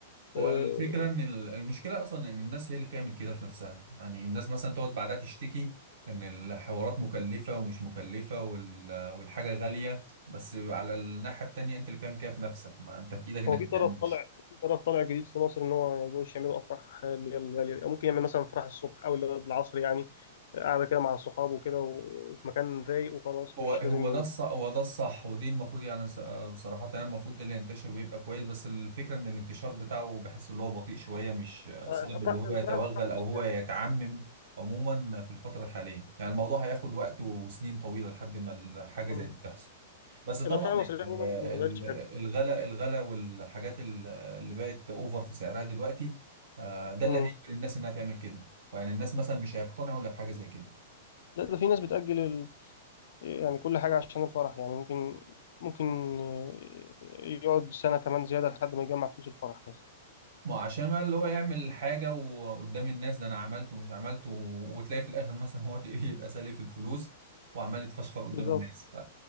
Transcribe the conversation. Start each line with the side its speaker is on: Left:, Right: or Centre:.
Left: آه،
Right: هو الفكرة إن ال- المشكلة أصلا إن الناس هي اللي بتعمل كده في نفسها يعني الناس مثلا تقعد بعدها تشتكي إن الحوارات مكلفة ومش مكلفة وال- والحاجة غالية بس على الناحية التانية أنت اللي بتعمل كده في نفسك ما أنت في إيدك إنك
Left: هو في
Right: ما
Left: طرف
Right: تعملش
Left: طالع في طرف طالع جديد في مصر ان هو ما يقولش يعملوا افراح اللي هي الغاليه دي. ممكن يعمل مثلا فرح الصبح او اللي هو العصر يعني قاعده كده مع الصحاب وكده وفي مكان رايق وخلاص
Right: هو
Left: مش
Right: هو
Left: لازم
Right: ده
Left: يبقى
Right: الصح هو ده الصح ودي المفروض يعني س- آه، صراحة يعني المفروض ده اللي ينتشر ويبقى كويس بس الفكرة ان الانتشار بتاعه بحس اللي هو بطيء شوية مش آه،
Left: آه،
Right: صعب
Left: الافراح
Right: اللي هو
Left: بصراحه
Right: يتوغل
Left: الافراح المصريه
Right: او هو يتعمم عموما في الفترة الحالية يعني الموضوع هياخد وقت وسنين طويلة لحد ما الحاجة زي
Left: آه،
Right: دي تحصل بس طبعا
Left: الافراح
Right: يعني
Left: المصريه
Right: ال-
Left: عموما ما بقتش
Right: ال-
Left: حلوه
Right: الغلا الغلا والحاجات ال- اللي بقت اوفر في سعرها دلوقتي آه، ده
Left: مم.
Right: اللي هيجبر الناس انها تعمل كده يعني الناس مثلا مش هيقتنعوا الا بحاجة زي كده
Left: لا ده في ناس بتاجل ال... يعني كل حاجه عشان الفرح يعني ممكن ممكن آه، يقعد سنه كمان زياده لحد ما يجمع فلوس الفرح مثلا
Right: ما هو عشان بقى اللي هو يعمل حاجة وقدام الناس ده أنا عملته ومش عملته وتلاقي في الآخر مثلا هو <laughs> تلاقيه يبقى سالي في الفلوس وعمال يتفشخر قدام
Left: بالظبط
Right: الناس ف